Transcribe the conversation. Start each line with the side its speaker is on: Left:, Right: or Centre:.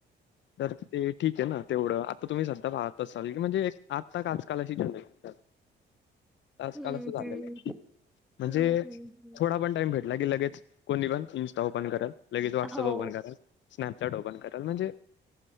Left: तर ते ठीक आहे ना तेवढं आता तुम्ही सध्या पाहात असाल की म्हणजे एक आत्ता का आजकाल अशी जनरेशन
Centre: <inaudible>
Left: आजकाल
Centre: हम्म
Left: असं झालेलं
Centre: हम्म
Left: आहे म्हणजे
Centre: हम्म हम्म हम्म.
Left: थोडा पण टाईम भेटला की लगेच कोणी पण इन्स्टा ओपन करल, लगेच व्हाट्सअप
Centre: हो
Left: ओपन करल स्नॅपचॅट ओपन करल म्हणजे